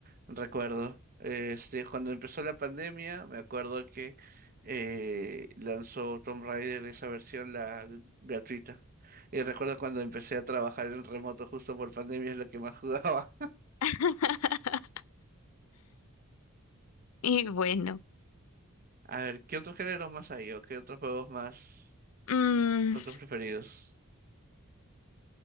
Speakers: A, on the right; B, on the left.
A: Recuerdo, este, cuando empezó la pandemia, me acuerdo que eh, lanzó Tomb Raider esa versión la gr- gratuita. Y recuerdo cuando empecé a trabajar en remoto justo por pandemia es lo que más jugaba.
B: <laughs> Y bueno,
A: <laughs> A ver, ¿qué otros géneros más hay o qué otros juegos más
B: mm,
A: otros preferidos?